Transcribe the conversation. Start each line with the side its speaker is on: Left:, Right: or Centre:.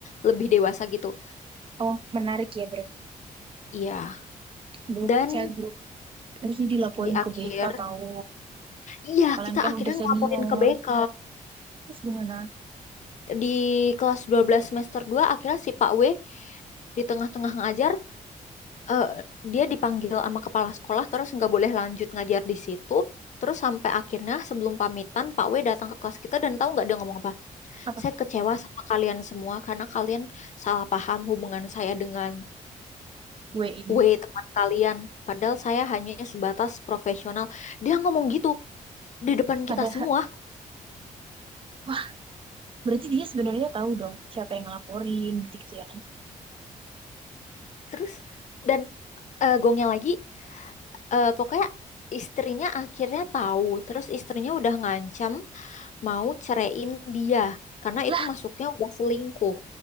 Left: lebih dewasa gitu.
Right: Oh, menarik ya berarti.
Left: Iya,
Right: Aduh,
Left: Dan
Right: child grooming. Terus ini dilaporin
Left: di akhir,
Right: ke BK tahu
Left: iya
Right: kalian
Left: kita
Right: kan
Left: akhirnya
Right: udah
Left: ngelaporin
Right: senior.
Left: ke BK.
Right: Terus gimana?
Left: Di kelas 12 semester 2 akhirnya si Pak W di tengah-tengah ngajar eh, dia dipanggil sama kepala sekolah terus nggak boleh lanjut ngajar di situ. Terus sampai akhirnya sebelum pamitan Pak W datang ke kelas kita dan tahu nggak dia ngomong apa?
Right: Apa
Left: Saya kecewa sama kalian semua karena kalian salah paham hubungan saya dengan
Right: gue ini?
Left: W teman kalian. Padahal saya hanya sebatas profesional. Dia ngomong gitu di depan
Right: Padahal,
Left: kita semua.
Right: wah, berarti dia sebenarnya tahu dong siapa yang ngelaporin gitu-gitu ya kan.
Left: Terus dan eh, gongnya lagi eh, pokoknya istrinya akhirnya tahu. Terus istrinya udah ngancam mau ceraiin dia karena
Right: Lah,
Left: itu masuknya udah selingkuh.